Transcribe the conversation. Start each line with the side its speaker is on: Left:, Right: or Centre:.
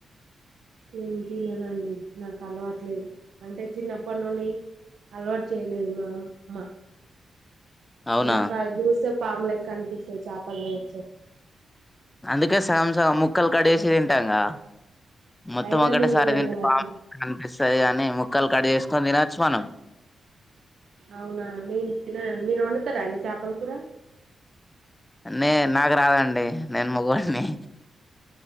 Right: నేను తిననండి నాకు అలవట్లేదు అంటే చిన్నప్పటి నుండి అలవాటు చేయలేదు మా అమ్మా
Left: అవునా
Right: నాకా అవి చూస్తే పాములు లెక్క అనిపిస్తాయి చేపల్ని చూస్తే
Left: అందుకే సామ్ సగం ముక్కలు కట్ చేసి తింటాంగా మొత్తం
Right: అయినా
Left: ఒకటేసారి
Right: నేను తినను
Left: తి
Right: వాటిని
Left: బా కనిపిస్తది కాని ముక్కలు కట్ చేస్ తినొచ్చు మనం
Right: అవునా నీ మీరు వండుతారా అండి చాపల కూర
Left: నే నాకు రాదండి నేను మగొడిని